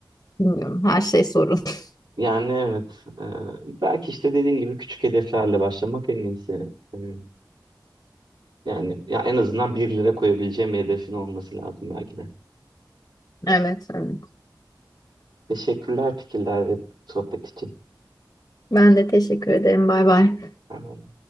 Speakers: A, on the left (about 40°); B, on the right (about 80°).
A: bilmiyorum her şey sorun. <laughs>
B: yani evet. Ee, belki işte dediğin gibi küçük hedeflerle başlamak en iyisi. Ee, yani ya en azından 1 lira koyabileceğim bir hedefin olması lazım belki de.
A: Evet, evet.
B: Teşekkürler fikirler ve sohbet için.
A: Ben de teşekkür ederim. Bay bay.
B: Erman.